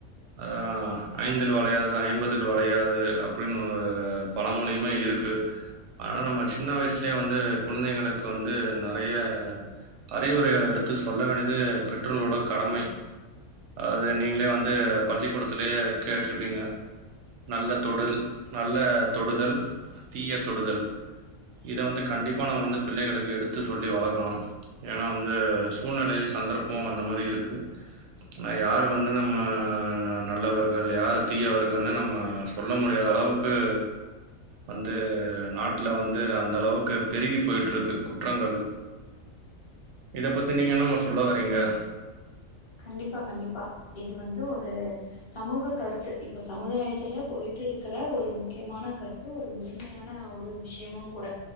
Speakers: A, on the right; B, on the left.
A: அதா ஐந்தில் வளையாதது ஐம்பதில் வளையாது அப்டின் ஒரு பழ மொழியுமே இருக்கு ஆனா நம்ம சின்ன வயசுலே வந்து குழந்தைங்களுக்கு வந்து நெறைய அறிவுரைகளை எடுத்து சொல்ல வேண்டியது பெற்றோர்களோட கடமை அது நீங்ளே வந்து பள்ளிக்கூடத்துலயே கேட்ருப்பீங்க நல்ல தொடல் நல்ல தொடுதல் தீய தொடுதல் இத வந்து கண்டிப்பா நம்ம வந்து பிள்ளைங்களுக்கு எடுத்து சொல்லி வளக்குணு ஏனா வந்து சூழ்நிலை சந்தர்ப்போ அந்த மாரி இருக்கு ஆனா யாரு வந்து நம்ம நல்லவர்கள் யார தீயவர்கள்னு நம்ம சொல்ல முடியாத அளவுக்கு வந்து நாட்ல வந்து அந்த அளவுக்கு பெருகி பொயிட்ருக்கு குற்றங்களு இத பத்தி நீங்க என்னமா சொல்ல வரீங்க
B: கண்டிப்பா கண்டிப்பா இது வந்து ஒரு சமூக கருத்து இப்ப சமுதாயத்துல பொயிட்டு இருக்கிற ஒரு முக்கியமான கருத் து ஒரு முதன்மையான ஒரு விஷயமு கூட